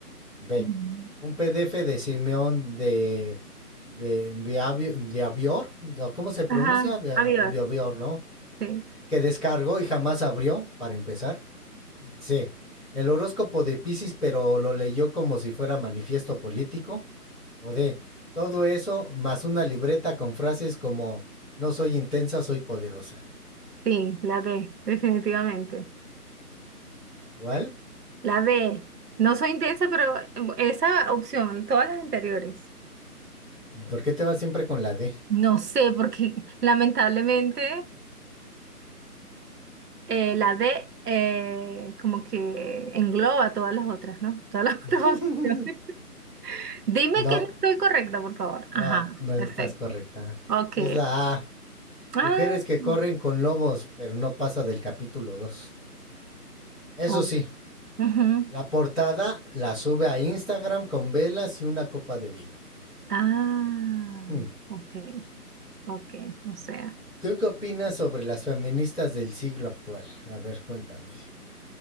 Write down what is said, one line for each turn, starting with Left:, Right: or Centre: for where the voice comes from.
Centre: B.
Right: Mm.
Centre: Un PDF de Simeón de Be- de Avior, ¿no? ¿cómo se pronuncia?
Right: Ajá,
Centre: Bea-
Right: adiós.
Centre: ¿no?
Right: Sí,
Centre: Que descargó y jamás abrió, para empezar. C. El horóscopo de Piscis pero lo leyó como si fuera manifiesto político o D. Todo eso más una libreta con frases como no soy intensa, soy poderosa.
Right: sí, la D, definitivamente.
Centre: ¿Cuál?
Right: La D. No soy intensa, pero em, esa opción, todas las anteriores.
Centre: ¿Por qué te vas siempre con la D?
Right: No sé, porque lamentablemente eh, la D eh, como que engloba todas las otras, ¿no? Todas las <laughs>
Centre: <laughs>
Right: otras opciones. Dime
Centre: no,
Right: que no estoy correcta, por favor. Ajá,
Centre: no, no estás
Right: perfecto.
Centre: correcta.
Right: Ok.
Centre: Es la A.
Right: Ah.
Centre: Mujeres que
Right: mm,
Centre: corren con lobos, pero no pasa del capítulo dos Eso
Right: uy,
Centre: sí,
Right: ujú.
Centre: la portada la sube a Instagram con velas y una copa de vino.
Right: Ah,
Centre: Hmm.
Right: ok, ok. O sea,
Centre: ¿Tú qué opinas sobre las feministas del siglo actual? A ver, cuéntame,